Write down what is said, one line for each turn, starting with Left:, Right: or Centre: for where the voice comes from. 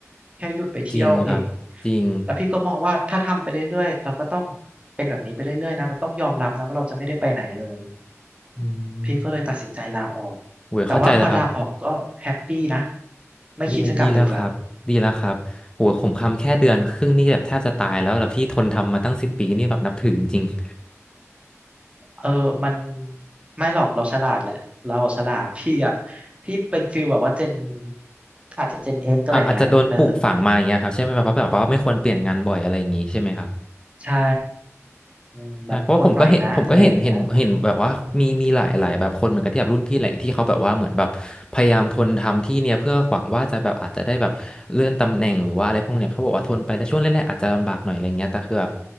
Right: แค่หยุดไปเที่ยวเอง
Left: จริงครับจริง
Right: แล้วพี่ก็มองว่าถ้าทำไปเรื่อยๆเราก็ต้องเป็นแบบนี้ไปเรื่อยๆนะเราต้องยอมรับนะว่าเราจะไม่ได้ไปไหนเลย
Left: อื
Right: พี่ก็เลยตัดสินใจลาออก
Left: มโอ้ยเข้าใจแล้วครับ
Right: แต่ว่าพอลาออกก็แฮปปี้นะไม่คิดจะกลับไปอีกแล้ว
Left: ดีดีแล้วครับดีแล้วครับโอ้ยผมคำแค่เดือนครึ่งนี่แบบแทบจะตายแล้วแล้วพี่ทนทำมาตั้งสิบปีนี่แบบนับถือจริงๆ
Right: เออมันไม่หรอกเราฉลาดแหละเราฉลาดพี่อะพี่เป็นฟิลแบบว่าเจนอาจจะเจนเอ็กอะไรอย่างเงี้ยเออ
Left: อ่ะอาจจะโดนปลูกฝังมาอย่างเงี้ยครับใช่ไหมแบบเพราะแบบว่าไม่ควรเปลี่ยนงานบ่อยอะไรอย่างงี้ใช่ไหมครับ
Right: ใช่อืมแบบทนหน่อยนะอะไรอย่างเงี้ย
Left: ใช่เพราะว่าผมก็เห็นผมก็เห็นเห็นเห็นแบบว่ามีมีหลายหลายแบบคนเหมือนกันที่แบบรุ่นพี่หลาที่เขาแบบว่าเหมือนแบบพยายามทนทำที่เนี่ยเพื่อหวังว่าจะแบบอาจจะได้แบบเลื่อนตำแหน่งหรือว่าอะไรพวกเนี้ยเขาบอกว่าทนไปแล้วช่วงแรกๆอาจจะลำบากหน่อยอะไรเงี้ยแต่คือแบบ